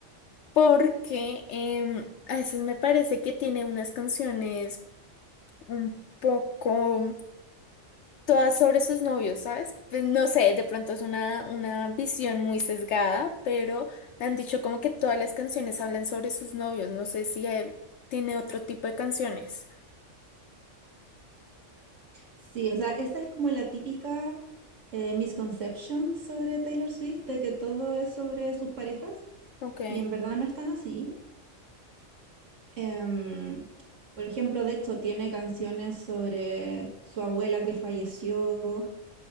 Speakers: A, on the left; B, on the right.
A: porque em, a veces me parece que tiene unas canciones un poco... todas sobre sus novios, ¿sabes? Pues no sé, de pronto es una, una visión muy sesgada, pero me han dicho como que todas las canciones hablan sobre sus novios. No sé si eh, tiene otro tipo de canciones.
B: Sí, o sea, esa es como la típica eh, misconception sobre Taylor Swift, de que todo es sobre sus parejas,
A: Ok.
B: y en verdad no es tan así. Em, por ejemplo, de hecho, tiene canciones sobre su abuela que falleció,